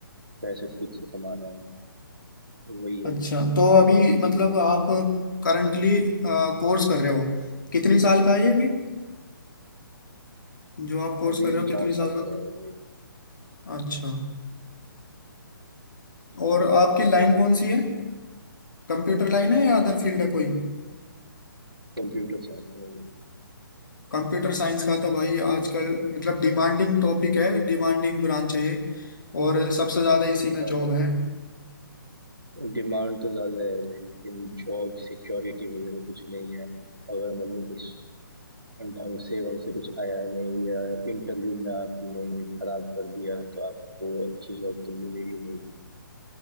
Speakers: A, on the right; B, on the left.
A: पैसे खुद से कमा रहा हूँ वही है
B: अच्छा
A: ना
B: तो अभी मतलब आप करंटली कोर्स कर रहे हो कितनी साल का है ये अभी जो आप कोर्स
A: अभी
B: कर रहे हो कितनी
A: चार साल
B: साल का
A: का है वही
B: अच्छा और आपकी लाइन कौन सी है कंप्यूटर लाइन है या अदर फील्ड है कोई
A: कंप्यूटर साइंस में
B: कंप्यूटर साइंस का तो भाई आजकल मतलब डिमांडिंग टॉपिक है डिमांडिंग ब्रांच है ये और सबसे ज़्यादा इसी में
A: भाई
B: जॉब है
A: डिमांड तो ज्यादा है भाई लेकिन जॉब सिक्योरिटी वगैरह कुछ नहीं है अगर मतलब कुछ ढंग से वहां से कुछ आया नहीं या इंटरव्यू में आपने खराब कर दिया तो आपको अच्छी जॉब तो मिलेगी नहीं